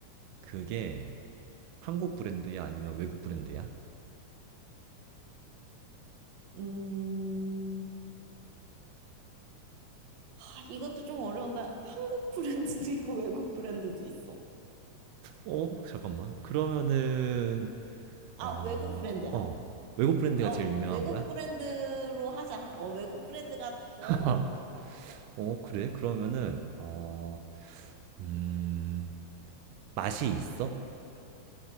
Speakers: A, on the right; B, on the right.
A: 그게 한국 브랜드야 아니면 외국 브랜드야?
B: 음, 아, 이것도 좀 어려운데, 한국 브랜드도 있고, 외국 브랜드도 있어.
A: 어, 잠깐만. 그러면은, 어,
B: 아, 외국 브랜드야.
A: 어, 외국 브랜드가
B: 어,
A: 제일 유명한
B: 외국
A: 거야?
B: 브랜드로 하자. 어, 외국 브랜드가 더 유명한
A: <laughs>
B: 것 같아.
A: 어, 그래? 그러면은, 어, 음, 맛이 있어?